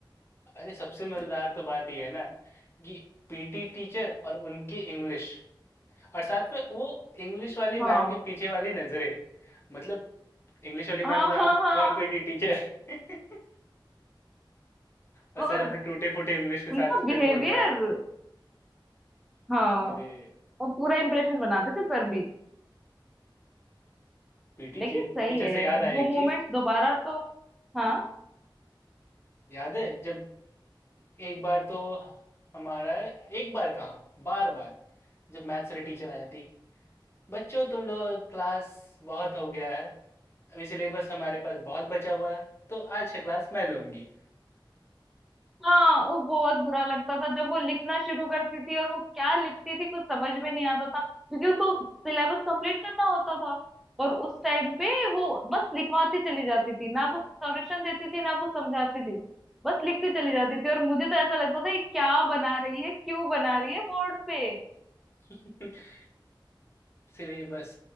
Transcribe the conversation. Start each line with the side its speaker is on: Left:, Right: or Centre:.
Left: अरे सबसे मजेदार तो बात ये है ना कि पीटी टीचर और उनकी इंग्लिश और साथ में वो इंग्लिश वाली
Centre: हाँ
Left: मैम के पीछे वाली नजरें मतलब इंग्लिश वाली
Centre: हाँ
Left: मैम जहाँ
Centre: हाँ हाँ
Left: वहाँ पीटी टीचर <laughs> और
Centre: और
Left: सर अपने टूटे फूटे इंग्लिश के
Centre: उनका
Left: साथ
Centre: बिहेवियर
Left: फिर बोल रहे हैं
Centre: हाँ
Left: अरे
Centre: और पूरा इंप्रेशन बनाते थे सर भी
Left: पीटी
Centre: लेकिन सही
Left: टीचर
Centre: है
Left: से याद आया
Centre: वो
Left: एक चीज
Centre: मोमेंट्स दोबारा तो हाँ
Left: याद है जब एक बार तो हमारा एक बार कहाँ बार बार जब मैथ्स वाली टीचर आ जाती बच्चों तुम लोग क्लास बहुत हो गया है अभी सिलेबस हमारे पास बहुत बचा हुआ है तो आज की क्लास मैं लूंगी
Centre: हाँ वो बहुत बुरा लगता था जब वो लिखना शुरू करती थी और वो क्या लिखती थी कुछ समझ में नहीं आता था क्योंकि उनको सिलेबस कंप्लीट करना होता था और उस टाइम पे वो बस लिखवाती चली जाती थी ना कुछ सॉल्यूशन देती थी ना कुछ समझाती थी बस लिखती चली जाती थी और मुझे तो ऐसा लगता था ये क्या बना रही है क्यों बना रही है बोर्ड पे
Left: <laughs> सिलेबस